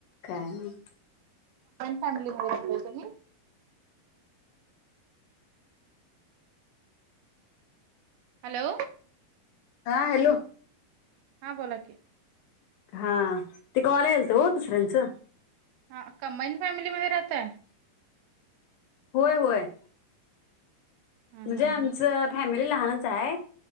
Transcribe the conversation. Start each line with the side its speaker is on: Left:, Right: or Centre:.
Left: काय
Right: आणली काय तुम्ही हॅलो
Left: हा हॅलो
Right: हा बोला कि
Left: हा ते कॉल आलत हो दुसऱ्यांचं.
Right: हा कंबाईन फॅमिली राहताय?
Left: होय होय.
Right: हा
Left: म्हणजे
Right: हा
Left: आमच फॅमिली लहानच आहे